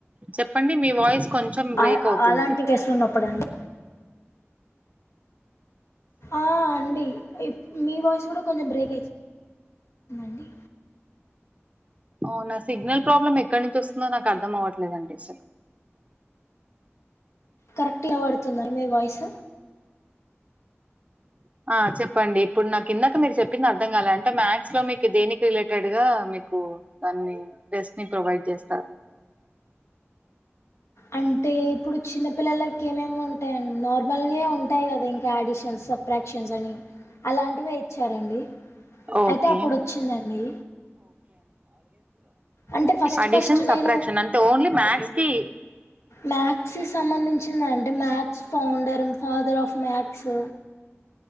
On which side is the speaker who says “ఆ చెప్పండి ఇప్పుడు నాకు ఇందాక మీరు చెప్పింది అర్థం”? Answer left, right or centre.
Right